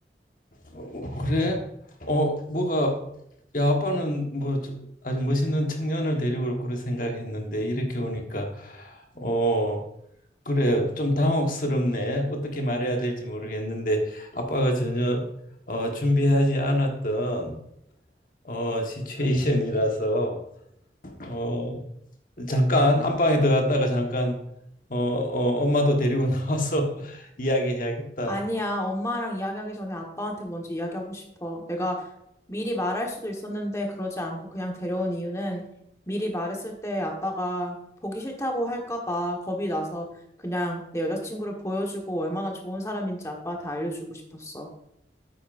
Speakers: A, on the left (about 50°); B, on the left (about 15°).
A: 어, 그래? 어, 뭐가, 야, 아빠는 뭐 저- 아주 멋있는 청년을 데려올 거로 생각했는데 이렇게 오니까 어, 그래, 좀 당혹스럽네. 어떻게 말해야 될지 모르겠는데 아빠가 전혀 어, 준비하지 않았던 어, 시츄에이션이라서 어, 잠깐 안방에 들어갔다가 잠깐 어, 어, 엄마도 데리고 나와서 <laughs> 이야기해야겠다.
B: 아니야, 엄마랑 이야기하기 전에 아빠한테 먼저 이야기하고 싶어. 내가 미리 말할 수도 있었는데 그러지 않고 그냥 데려온 이유는 미리 말했을 때 아빠가 보기 싫다고 할까 봐 겁이 나서 그냥 내 여자친구를 보여주고 얼마나 좋은 사람인지 아빠한테 알려주고 싶었어.